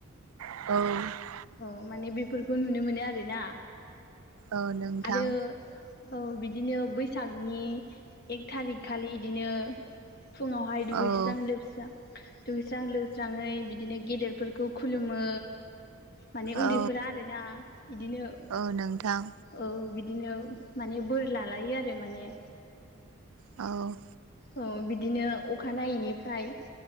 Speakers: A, on the right (about 80°); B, on the left (about 45°).
A: औ।
B: औ माने बेफोरखौ नुनो मोनो आरोना।
A: औ नोंथां
B: आरो औ बिदिनो बैसागनि एक थारिक खालि बिदिनो फुंङावहाय दुगैस्रां
A: औ
B: लोबस्रां दुगैस्राब लोस्राङै बिदिनो गेदेरफोरखौ खुलुमो। माने उन्दैफोरा
A: औ
B: आरोना बिदिनो।
A: औ नोंथां।
B: औ बिदिनो माने बोर लालायो आरो माने।
A: औ।
B: औ बिदिनो अखानायैनिफ्राय।